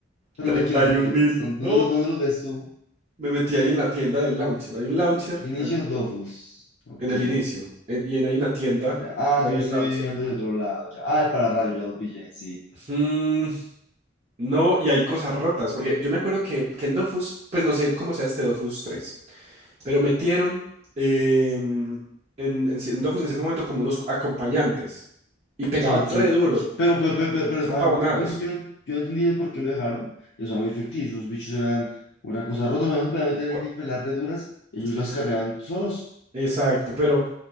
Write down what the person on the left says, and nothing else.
Pero
¿cuál quieres,
cuál
quieres?
¿Dó-
¿Dónde lo, dónde lo ves tú?
Inicio
Dofus. Ok.
Ya. Ah,
sí,
yo
estoy
viendo de otro lado. Ya. Ah, el pararrayo, ya lo pillé, sí.
Sí, sí.
Pero, pero, pero, pero- pero,
pa-
pa- yo, no- yo, no- yo no entendí por qué lo dejaron. Eso era muy ficticio. Los bichos eran una cosa rota. O sea, no se podían meter
en pelas re duras. Ellos
las carreaban solos.